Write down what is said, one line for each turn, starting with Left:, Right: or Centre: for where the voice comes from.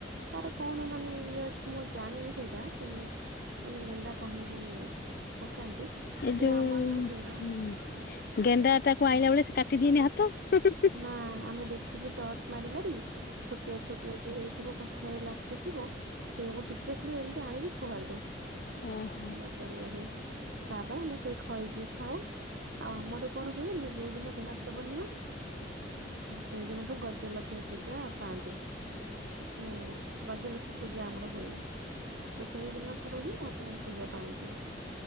Right: ତାର କଣ ମାନେ ଇଏ ଅଛି ମୁଁ ଜାଣିନି ସେଇଟା, ହୁଁ ମାନେ ଗେଣ୍ଡା କାହିଁକି ପକାନ୍ତି?
Left: ଏଇ
Right: କିନ୍ତୁ
Left: ଯୋଉ
Right: ଆମର ସବୁ ଗେଣ୍ଡା
Left: ଗେଣ୍ଡା ଟାକୁ ଆଇଁଲା ବେଳେ, ସେ କାଟିଦିଏନି ହାତ? ହୁଁ ହୁଁ ହୁଁ।
Right: ନା ଆମେ ଦେଖିକି ଟର୍ଚ ମାରି ମାରି, ଛୋଟିଆ ଛୋଟିଆ ଯିଏ ହେଇଥିବ ପଥର ରେ ଲାଖିଥିବ, ସେଇଆକୁ ଟିକେ ଖାଲି ଏମିତି ଆଣିକି ଫୋପାଡ଼ି ଦବୁ।
Left: ଓହୋ
Right: ନା ଡର୍ ଲାଗେ। ତାପରେ ଆମେ ସେ ଖଇକି ଖାଉ, ଆଉ ଆମର କଣ ହୁଏ ଯୋଉ ଦିନ କୁମାରୀ ପୂର୍ଣ୍ଣିମା ସେଇଦିନଠୁ ଗଜଲକ୍ଷ୍ମୀ ପୂଜା ପାଆନ୍ତି। ମାନେ ଗଜଲକ୍ଷ୍ମୀ ପୂଜା ଆମର ହୁଏ, ତ ସେଇ ଦିନ ଠାରୁ ହିଁ ଠାକୁ ପୂଜା ପାଆନ୍ତି,